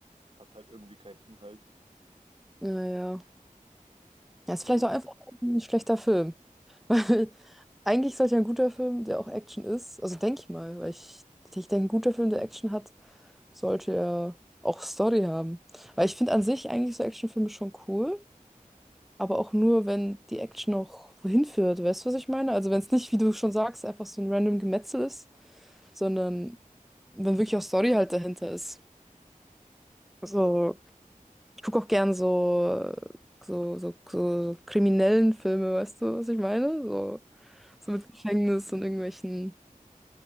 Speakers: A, on the right; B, in the centre.
A: hat halt irgendwie keinen Inhalt.
B: naja.
A: Und
B: Ja, ist
A: du
B: vielleicht
A: so?
B: auch einfach ein schlechter Film. <laughs> Weil eigentlich sollte ja ein guter Film, der auch Action ist, also denke ich mal, weil ich, ich denke, ein guter Film, der Action hat, sollte ja auch Story haben. Weil ich finde an sich eigentlich so Actionfilme schon cool, aber auch nur, wenn die Action auch wohin führt. Weißt du, was ich meine? Also wenn es nicht, wie du schon sagst, einfach so ein random Gemetzel ist, sondern wenn wirklich auch Story halt dahinter ist. So
A: Ja,
B: ich gucke auch gern so, so, so, so kriminellen Filme, weißt du, was ich meine? So, so mit Gefängnis und irgendwelchen,